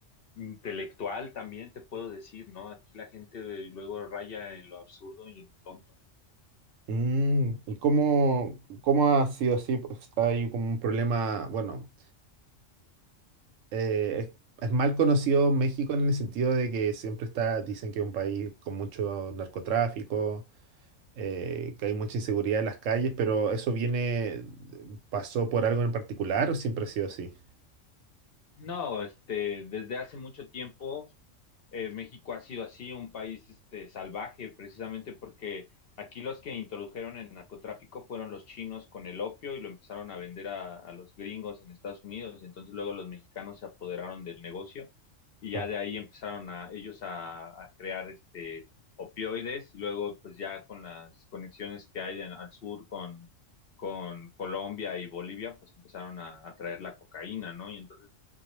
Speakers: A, on the left; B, on the right.
A: intelectual también, te puedo decir, ¿no? Aquí la gente eh, luego raya en lo absurdo y en lo tonto.
B: mm, ¿y cómo, cómo ha sido así? Pues, Hay como un problema, bueno, eh, es, es mal conocido México en el sentido de que siempre está, dicen que es un país con mucho narcotráfico eh, que hay mucha inseguridad en las calles, pero ¿eso viene, pasó por algo en particular o siempre ha sido así?
A: No, este, desde hace mucho tiempo eh, México ha sido así, un país este, salvaje, precisamente porque aquí los que introdujeron el narcotráfico fueron los chinos con el opio y lo empezaron a vender a, a los gringos en Estados Unidos. Entonces luego los mexicanos se apoderaron del negocio y
B: Claro.
A: ya de ahí empezaron a ellos a, a crear este opioides y luego pues ya con las conexiones que hay en- al sur con con Colombia y Bolivia, pues empezaron a, a traer la cocaína, ¿no? Y entonces